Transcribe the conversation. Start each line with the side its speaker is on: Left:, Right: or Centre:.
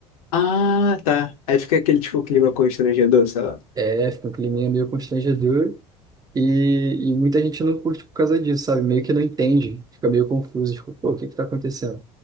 Left: Ah, tá. Aí fica aquele, tipo, clima constrangedor, sei lá.
Right: é, fica um climinha meio constrangedor E, e muita gente não curte por causa disso, sabe? Meio que não entende, fica meio confuso, tipo, pô, o que que tá acontecendo?